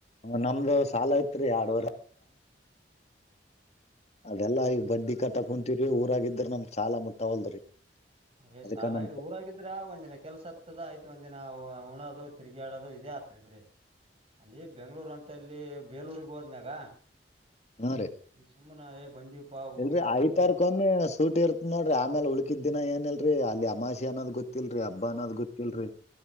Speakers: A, on the left; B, on the right.
A: ನಮ್ದು ಸಾಲ ಐತ್ರಿ ಆಡ್ವರ
B: ಮ
A: ಅದೆಲ್ಲಾ ಈ ಬಡ್ಡಿ ಕಟ್ಟ ಕುೂಂತೀವ್ರರಿ ಊರಾಗಿದ್ರೆ ನಮ ಸಾಲ ಮುಟ್ಟವಲ್ದ್ರಿ
B: ಏ್
A: ಅದಕ್ಕ
B: ಸಾಲ
A: ನಮ್
B: ಇಲ್ಲಿ ಊರಾಗಿದ್ರ ಒಂದ್ ದಿನ ಕೆಲ್ಸ ಆತ್ತದ ಆಯ್ತು ಒಂದ್ ದಿನ ಉಣ ಅ ತಿರುಗಿ ಆಡದು ಇದೇ ಆತ್ರಿ ಬರೀ ಅಲ್ಲಿ ಬೆಂಗ್ಳೂರ್ ಅಂತ ಇಲ್ಲಿ ಬೇಲೂಗ್ ಹೋದ್ಮ್ಯಾಗ
A: ಹಾ ರೀ
B: ಸುಮ್ಮನಾ ಏ ಬಂದೀಪಾ ಊರ್
A: ಇಲ್ರಿ
B: ಬಿಟ್ಟು
A: ಐತಾರಕೊಮ್ಮೆ ಸೂಟಿ ಇರ್ತ್ ನೋಡರಿ ಆಮೇಲೆ ಉಳುಕಿದ್ದ ದಿನ ಏನಲ್ರರಿ ಅಲ್ಲಿ ಅಮಾಷಿ ಅನ್ನೋ ಗೊತ್ತಲ್ರರಿ ಹಬ್ಬ ಅನ್ನೋದ್ ಗೊತ್ತಲ್ರರಿ